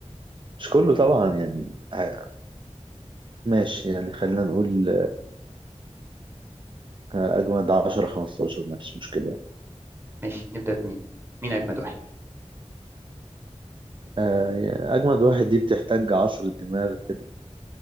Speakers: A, on the right; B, on the right.
A: مش كله طبعا يعني ع- ماشي يعني خلينا نقول آه، اجمد 10 15 ماشي مشكله
B: ماشي نبدا بمين مين اجمد واحد
A: آه، أجمد واحد دي بتحتاج عصر الدماغ كده